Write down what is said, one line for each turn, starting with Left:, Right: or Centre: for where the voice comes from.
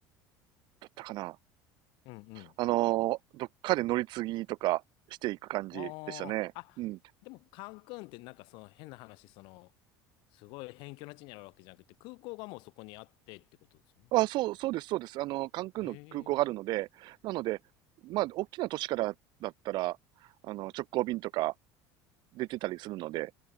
Right: だったかな
Left: うんうん。
Right: あの、どっかで乗り継ぎとかしていく感じでしたね。
Left: ああ。あ、
Right: うん。
Left: でもカンクンってなんかその変な話、その、すごい辺境の地にあるわけじゃなくて、空港がもうそこにあってってことですね。
Right: あ、そう、そうです、そうです。あの、カンクンの空港があるので、
Left: ええ
Right: なので、まあ、大きな都市からだったら、あの、直行便とか出てたりするので、